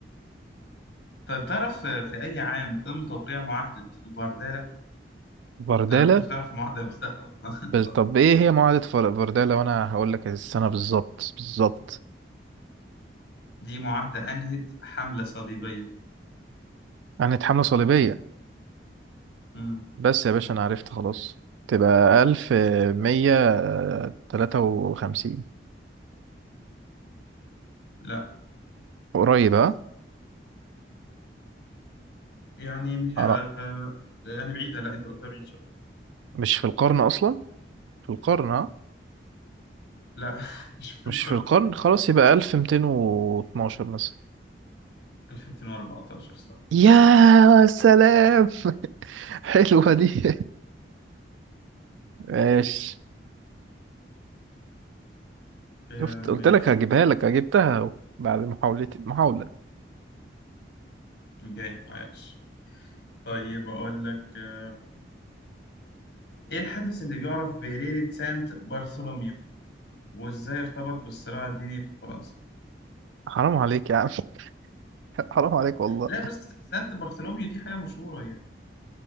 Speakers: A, on the left (about 60°); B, on the right (about 80°).
A: طيب تعرف في أي عام تم توقيع معاهدة فاردالا؟
B: بردالة
A: ده لو كنت تعرف المعاهدة نفسها أصلا
B: بس طب ايه هي معاهدة فر- فردالا وانا هقول لك السنة بالظبط بالظبط
A: <laughs> دي معاهدة أنهت حملة صليبية
B: كانت حملة صليبية
A: مم.
B: بس يا باشا انا عرفت خلاص تبقى ألف مية آه، تلاتة وخمسين
A: لا
B: قريب ها
A: يعني مش
B: انا
A: آه، يعني بعيدة لا أنت قلتها بعيد شوية
B: مش في القرن اصلا في القرن ها
A: لا <laughs> مش في
B: مش
A: القرن
B: في القرن خلاص يبقى ألف ميتين واتناشر مثلا
A: 2014 صح
B: يا سلام <laughs> حلوة دي ماشي
A: آه،
B: شفت قلت
A: ماشي
B: لك هجيبها لك جبتها بعد محاولتي محاولة
A: جاي عايش طيب أقول لك آه، إيه الحدث اللي بيعرف بليلة سانت برثولوميو وإزاي ارتبط بالصراع الديني في فرنسا؟
B: حرام عليك يا عم <laughs> حرام عليك والله
A: لا بس سانت برثولوميو دي حاجة مشهورة يعني